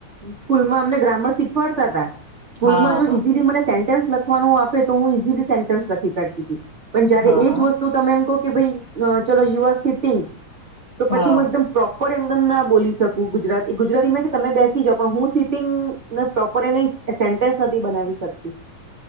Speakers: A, on the right; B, on the left.
A: સ્કૂલમાં અમને ગ્રામર શીખવાડતા તા સ્કૂલમાં
B: હા
A: જો
B: હા
A: ઈઝીલી મને સેન્ટેન્સ લખ પણ આપે તો હું ઈઝીલી સેન્ટન્સ લખી કરતી હતી પણ જયારે
B: હા
A: એજ
B: હા
A: વસ્ તું તમે એમ કહ કે ભાઈ ચલો યુ આર સિટિંગ તો પછી
B: હા
A: હું એકદમ પ્રોપર એમનેમ ના બોલી શકું ગુજરાતી ગુજરાતી માં કે તમે બેસ <inaudible> હું સીટિંગને પ્રોપર એને સેન્ટન્સ નથી બનાવી શકતી.